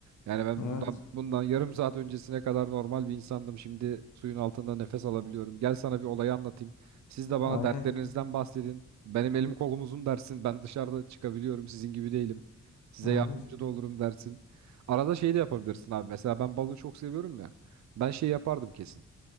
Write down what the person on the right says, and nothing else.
Yani ben
bundan bundan yarım saat öncesine kadar normal bir insandım. Şimdi suyun altında nefes alabiliyorum. Gel sana bir olayı anlatayım. Siz de bana
dertlerinizden bahsedin. Benim elim kolum uzun dersin. Ben dışarıda çıkabiliyorum. Sizin gibi değilim. Size
yardımcı da olurum dersin. Arada şey de yapabilirsin abi. Mesela ben balığı çok seviyorum ya. Ben şey yapardım kesin.